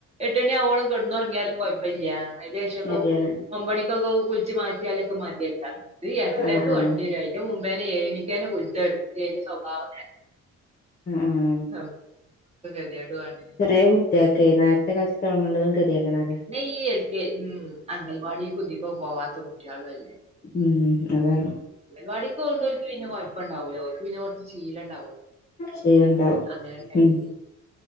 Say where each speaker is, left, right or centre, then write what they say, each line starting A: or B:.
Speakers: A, on the right; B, on the left.
A: എട്ട് മണി ആവോളം കെടന്നൊറങ്ങിയാലും കൊഴപ്പയില്ല അയിൻ്റെ ശേഷൊക്കെ
B: ശരിയാണ്
A: ആവും ഒമ്പണിക്കൊക്കെ കുളിച്ച് മാറ്റിയാലൊക്കെ മതിയിട്ടാ ഇത് എട്ടരക്ക്
B: ആഹ് ആഹ് ആഹ്
A: വണ്ടി വരും അയിന്റെ മുമ്പേനെ ഏഴിന് <unintelligible> സ്വഭാവം <unintelligible>
B: ആഹ് ആഹ്
A: ആഹ് ഒക്കെ ഗതിയേടു ആണ്
B: കൊറെ കുട്ടിയാക്കെ നേരത്തെ കാലത്ത് തൊടങ്ങുന്നതും ഗതിയേടാണ്
A: പി ഈ എൽക്കെ <unintelligible> ഉ അംഗൽവാടി ഇതിക്കും പോവാത്ത കുട്ടികളും അല്ലേ.
B: ഉം, അതെ.
A: അങ്കലവടിക് പോവണ്ടോൽക്ക് പിന്നെ കുഴപ്പ ഉണ്ടാവില്ല. ഓൽക് പിന്നെ കുറച്ച് ശീലം ഉണ്ടാവ
B: ശരിയുണ്ടാവും
A: അങ്ങനെ ക്കെ ആയിട്ട്
B: ഉം